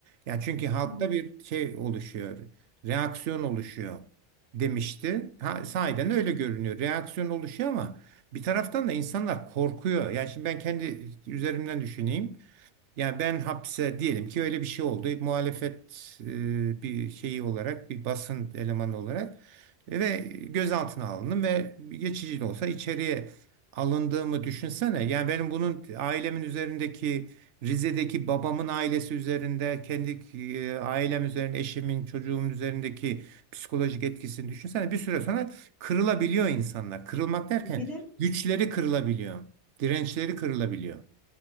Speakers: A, on the right (about 85°); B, in the centre.
A: Ya çünkü halkta
B: Hı hı.
A: bir şey oluşuyor, reaksiyon oluşuyor demişti. Ha, sahiden öyle görünüyor. Reaksiyon oluşuyor ama bir taraftan da insanlar korkuyor. Yani şimdi ben kendi üzerimden düşüneyim. Yani ben hapse diyelim ki öyle bir şey oldu. Muhalefet e, bir şeyi olarak bir basın elemanı olarak e, ve gözaltına alındım ve geçici de olsa içeriye alındığımı düşünsene. Yani benim bunun ailemin üzerindeki Rize'deki babamın ailesi üzerinde kendi e, ailem üzerinde eşimin çocuğumun üzerindeki psikolojik etkisini düşünsene. Bir süre sonra kırılabiliyor insanlar. Kırılmak derken
B: Bir de
A: güçleri kırılabiliyor. Dirençleri kırılabiliyor.